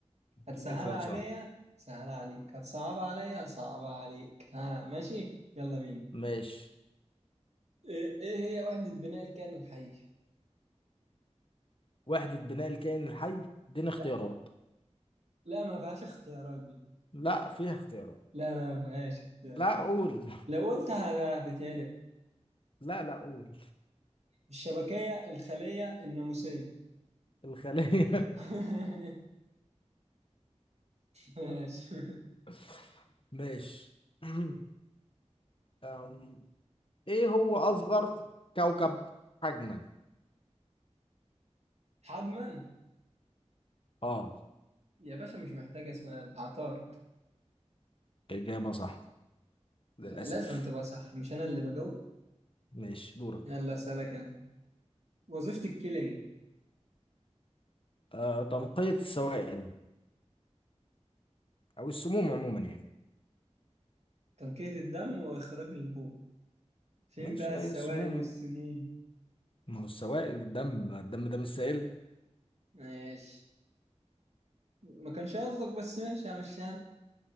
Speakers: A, on the left; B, on the right.
A: اديني
B: هتسهلها
A: سؤال
B: عليا
A: صعب
B: سهلها عليك هتصعبها عليا هصعبها عليك ها ماشي يلا بينا
A: ماشي
B: ايه إيه هي وحدة بناء الكائن الحي؟
A: وحدة بناء الكائن الحي اديني اختيارات
B: لا لا ما فيهاش اختيارات دي
A: لا فيها اختيارات
B: لا لا ما فيهاش اختيارات
A: لا قول
B: لو قلتها هتتهرق
A: <laughs> لا لا قول
B: الشبكية الخلية الناموسية
A: الخلية
B: <laughs> ماشي
A: <laughs> ماشي <clears throat> أم، ايه هو اصغر كوكب حجما
B: حجما
A: اه
B: يا باشا مش محتاجة سؤال عطارد
A: اجابة صح للاسف
B: لازم تبقى صح مش أنا اللي بجاوب
A: ماشي دورك
B: يلا أسألك أنا وظيفة الكلى إيه؟
A: آه تنقية السوائل او السموم عموما يعني
B: تنقية الدم وإخراج البول فين
A: ماشي
B: بقى السوائل
A: هي السموم
B: والسموم
A: يعني ما هو السوائل الدم الدم ده مش سائل
B: ماشي ما كانش قصدك بس ماشي همشيها